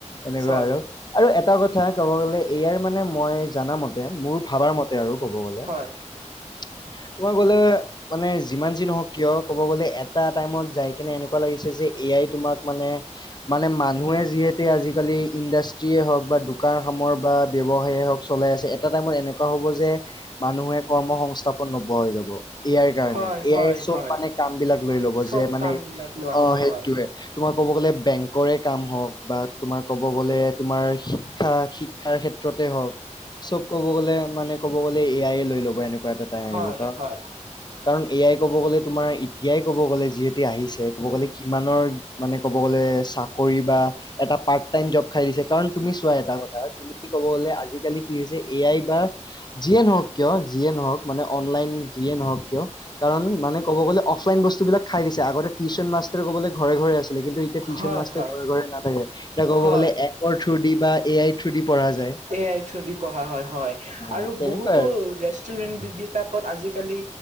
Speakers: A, on the left; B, on the right.
A: এনেকুৱা
B: চৰি
A: আৰু- আৰু এটা কথা কথা ক'ব গলে এ আইৰ মানে মই জানা মতে মোৰ ভাবা মতে আৰু ক'ব গ'লে
B: হয়
A: <inaudible> তোমাৰ গলে মানে যিমান যি নহওক কিয় ক'ব গ'লে এটা টাইমত যাই কিনে এনেকুৱা লাগিছে যে এ আই তোমাক মানে- মানে মানুহে যিহেতে আজিকালি ইণ্ডাষ্ট্ৰিয়ে হওঁক বা দোকান সামৰা বা ব্যৱসায় হওক চলাই আছে এটা টাইমত এনেকুৱা হ'ব যে মানুহে কৰ্ম সংস্থাপন নোপোৱা হৈ যাব এ আইৰ কাৰণে
B: হয়
A: এআই
B: হয়
A: চব
B: হয়
A: মানে কাম বিলাক লৈ লব
B: চব
A: যে মানে
B: কাম বিলাক লোৱা
A: অহ
B: হ'ব
A: সেইটোয়ে
B: হয়
A: তোমাৰ ক'ব গ'লে বেংকৰে কাম হওঁক বা তোমাৰ ক'ব গ'লে তোমাৰ শিক্ষা, শিক্ষাৰ ক্ষেত্ৰত, ক্ষেত্রতে হওক চব কব গ'লে মানে ক'ব গলে এআইয়ে লৈ লব। ও'এনেকুৱা এটা টাইম আহিব
B: হয়
A: কাৰণ
B: হয়
A: কাৰণ এ আই ক'ব গ'লে তোমাৰ এতিয়াই কব গ'লে যিহেতু আহিছে ক'ব গ'লে কিমানৰ মানে ক'ব গ'লে এ চাকৰি বা এটা পাৰ্ট টাইম জব খাই দিছে। কাৰণ তুমি চোৱা এটা কথা তুমি কব গলে আজিকালি কি হৈছে এ আই বা যিয়ে নহওক কিয় জব মানে অনলাইন যিয়ে নহওক কিয় কাৰণ মানে ক'ব গ'লে অফলাইন বস্তু বিলাক খাই দিছে আগতে টিউচন টিউচন মাষ্টাৰ ক'ব গলে ঘৰে -ঘৰে আছিল লেকিনটো এতিয়া টিউচন
B: হয়
A: মাষ্টৰ
B: হয়
A: ঘৰে -ঘৰে নাথাকে। এতিয়া ক'ব
B: হয়
A: গ'লে এপৰ থ্ৰু দি বা এ আই থ্ৰু দি পঢ়া যায়
B: এ আই থ্ৰু দি পঢ়া হয় -হয়
A: আহ,
B: আৰু
A: তেনেকুৱাই
B: বহুতো
A: আৰু
B: ৰেছ ৰেষ্টোৰেনবিলাকত আজিকালি